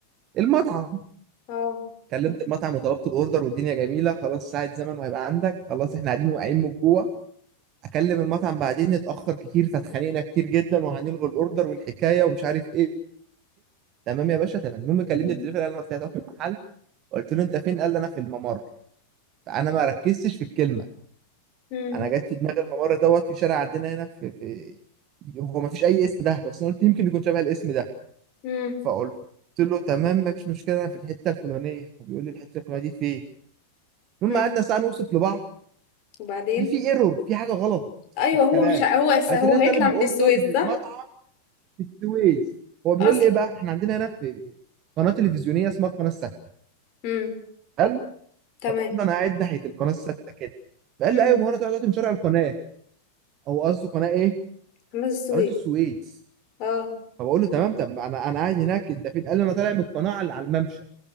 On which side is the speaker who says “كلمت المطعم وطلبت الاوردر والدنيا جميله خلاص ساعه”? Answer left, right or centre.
Right